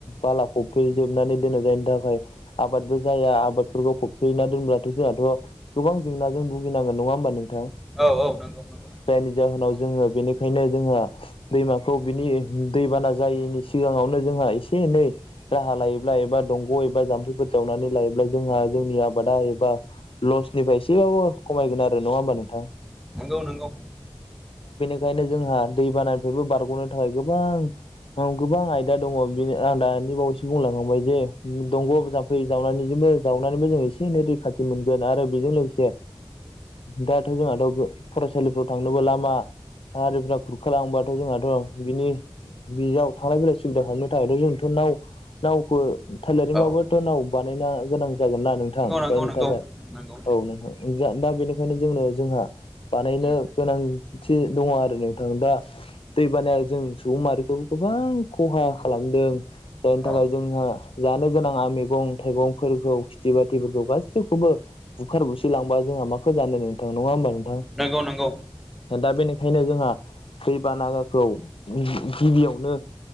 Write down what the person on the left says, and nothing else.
बालाखौ फैजोबनानै दोननाय जायनि थाखाय आबादबो जाया आबादफोरखौ फबफना दोनब्लाथ' जोंहाथ' गोबां जेंनाजों भुगिनांगोन नङा होमबा नों थां
जायनि जाहोनाव जोङो बेनिखायनो जोंहा दैमाखौ बिनि दैबाना जायैनि सिगाङावनो जोंहा एसे एनै राहा लायोब्ला एबा दंग' एबा जाम्फैफोर जावनानै लायोब्ला जोंहा जोंनि आबादा एबा लसनिफ्राय एसेबाबो खमायगोन आरो नङा होमबा नोंथां
ओंखायनो जोंहा दैबानानिफ्रायबो बारग'नो थाखाय गोबां गोबां आयदा दङ बेनो आं दानि बावैसो बुंलांबाय जे दंग' जाम्फै जावनानै जे जावनानैसबो एसे एनै दै गाथि मोनगोन आरो बेजों लोगोसे दा थ' जोंहाथ' फरायसालिफ्राव थांनोबो लामा हारिफ्रा खुरखाालांबाथ' जोंहाथ' बिनि बेयाव थांलाय फैलाय सुबिदा खालामनो थाखायथ' जोंथ' नाव नावखौ थालारिबाबोथ'
नाव बानायना गोनां जागोन ना नोंथां
जायनि
थाखाय
औ नोंथां दा बेनिखायनो जोंनो जोंहा बानायनो
गोनांथि दङ आरो नोंथां दा दै बानाया जों सुबुं माहारिखौबो गोबां खहा खालामदों जायनि
थाखाय जोंहा जानो गोनाङा मैगं थाइगंफोरखौ खिथि बाथिफोरखौ गासैखौबो बुखार बुसिलांबा जोंहा माखौ जानो नोंथां नङा होमबा नोंथां
दा बेनिखायनो जोंहा दै बाना खौ गिबियावनो